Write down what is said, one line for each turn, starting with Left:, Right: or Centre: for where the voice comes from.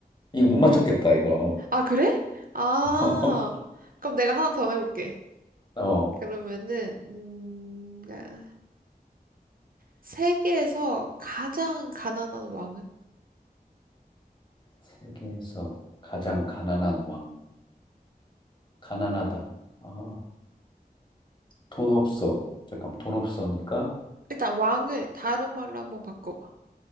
Left: 이거 못 맞췄겠다, 이거.
Right: 아, 그래? 아,
Left: <laughs>
Right: 그럼 내가 하나 더 해볼게.
Left: 어,
Right: 그러면은, 음, 아, 세계에서 가장 가난한 왕은?
Left: 세계에서 가장 가난한 왕. 가난하다. 아, 돈 없어. 잠깐, 돈 없어니까
Right: 일단 왕을 다른 말로 한번 바꿔봐.